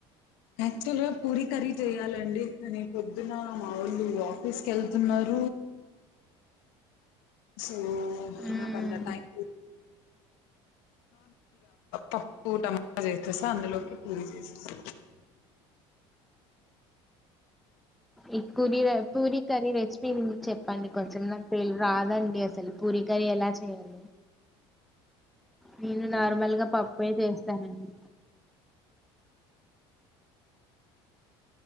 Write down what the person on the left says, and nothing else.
యాక్చువల్గా పూరి కర్రీ చేయ్యాలండి కానీ పొద్దున మావోళ్ళు ఆఫీస్కి ఎళ్తున్నారు సో
నాకంత టైమ్ పప్పు టమామా చేసేసి అందులోకి పూరి చేసేసి